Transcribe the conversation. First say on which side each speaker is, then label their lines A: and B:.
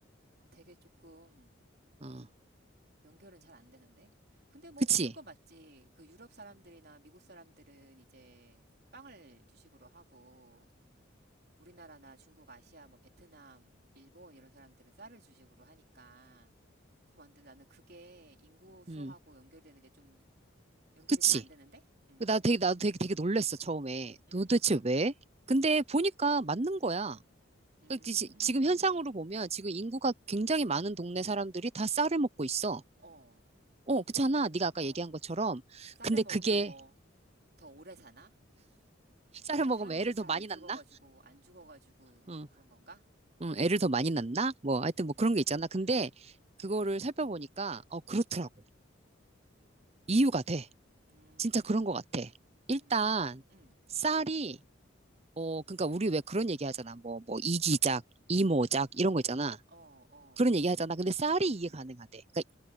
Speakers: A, on the right (about 55°); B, on the right (about 30°).
A: 그 되게 조금
B: 어,
A: 연결은 잘 안 되는데. 근데 뭐
B: 그치.
A: 그거 맞지. 그 유럽 사람들이나 미국 사람들은 이제 빵을 주식으로 하고 우리나라나 중국, 아시아, 뭐 베트남, 일본 이런 사람들은 쌀을 주식으로 하니까 그럼 안 돼. 나는 그게 인구 수하고
B: 음,
A: 연결되는 게 좀 연결이
B: 그치.
A: 잘 안 되는데? 음,
B: 그 나 되게, 나도 되게, 되게 놀랬어, 처음에.
A: 음,
B: 도대체 왜? 근데 보니까 맞는 거야.
A: 음,
B: 그 지- 지금 현상으로 보면 지금 인구가 굉장히 많은 동네 사람들이 다 쌀을 먹고 있어.
A: 어,
B: 어, 그렇잖아. 네가 아까
A: 어.
B: 얘기한 것처럼.
A: 쌀을
B: 근데
A: 먹으면
B: 그게
A: 뭐 더 오래 사나?
B: 쌀을
A: 그냥
B: 먹으면
A: 사람들이
B: 애를
A: 잘
B: 더 많이
A: 안 죽어가지고
B: 낳나?
A: 안 죽어가지고
B: 어,
A: 그런 건가?
B: 응, 애를 더 많이 낳나? 뭐,
A: 음,
B: 하여튼 뭐 그런 게 있잖아. 근데
A: 음,
B: 그거를 살펴보니까, 어, 그렇더라고. 이유가 돼.
A: 음,
B: 진짜 그런 것 같아. 일단,
A: 음, 음,
B: 쌀이, 어, 그러니까 우리 왜 그런 얘기 하잖아. 뭐, 뭐, 이기작, 이모작, 이런 거 있잖아.
A: 어, 어,
B: 그런 얘기 하잖아. 근데 쌀이
A: 음,
B: 이게 가능하대. 그러니까,